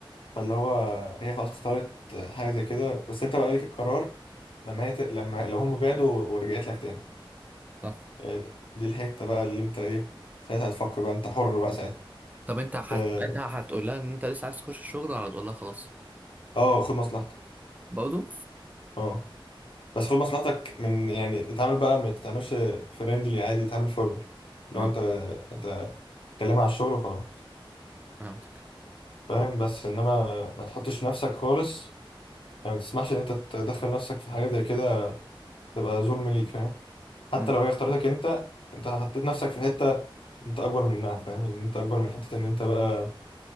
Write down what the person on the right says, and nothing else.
صح
طب انت هت...
ساعتها هتقول لها ان انت لسه عايز تخش الشغل ولا هتقول لها خلاص
برضه
اه
فهمتك
امم